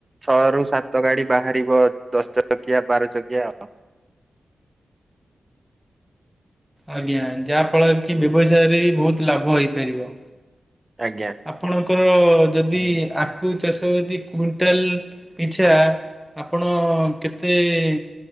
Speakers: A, on the right (about 20°); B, in the centre.
A: ଛଅରୁୁ ସାତ ଗାଡି ବାହାରିବ ଦଶ ଚକିଆ ବାର ଚକିଆ ଆଉ <inaudible>
B: ଆଜ୍ଞା ଯାହା ଫଳରେ କି ବ୍ୟବସାୟରେ ବି ବୋହୁତ ଲାଭ ହେଇପାରିବ।
A: ଆଜ୍ଞା
B: ଆପଣଙ୍କର ଯଦି ଆ ଆଖୁ ଚାଷ ଯଦି କୁଇଣ୍ଟାଲ ପିଛା ଆପଣ କେତେ-ଏ